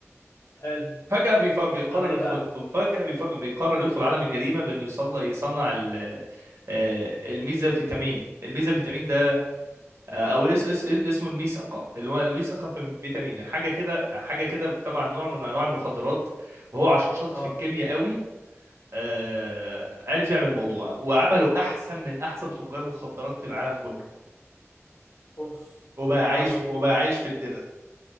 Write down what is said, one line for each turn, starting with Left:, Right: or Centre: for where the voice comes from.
Left: حلو
Right: فجأة بيف- بيقرر
Left: عمل ايه
Right: يدخل
Left: بقى
Right: فجأة بيف- بيقرر يدخل عالم الجريمة بأنه يصنع يصنع ال- آه، الميزا فيتامين الميزا فيتامين آه، او اس اس اس- اسمه الميثقه اللي هو الميثقه في فيتامين حاجه كده حاجه كده طبعا نوع من انواع المخدرات وهو عشان شاطر
Left: اه
Right: في الكيمياء قوي آه، عرف يعمل الموضوع وعمله احسن من احسن تجار مخدرات في العالم كله
Left: اوف
Right: وبقى
Left: يا لهوي
Right: عايش وبقى عايش في الدره